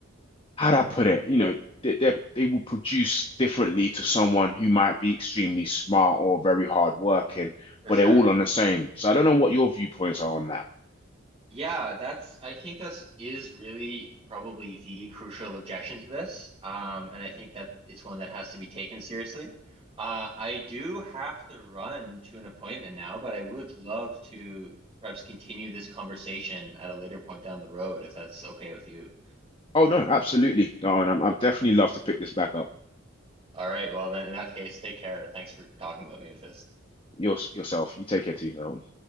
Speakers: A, on the left; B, on the right.
A: how'd I put it? You know, they they they will produce differently to someone who might be extremely smart or very hardworking,
B: For
A: but
B: sure.
A: they're all on the same. So I don't know what your viewpoints are on that.
B: Yeah, that's I think that's is really probably the crucial objection to this. Um, and I think that it's one that has to be taken seriously. Uh, I do have to run to an appointment now, but I would love to perhaps continue this conversation at a later point down the road if that's okay with you.
A: Oh no, absolutely, Darwin. I'm I'm definitely love to pick this back up.
B: All right, well then in that case, take care. Thanks for talking about me with this.
A: Your yourself. You take care, too, Darwin.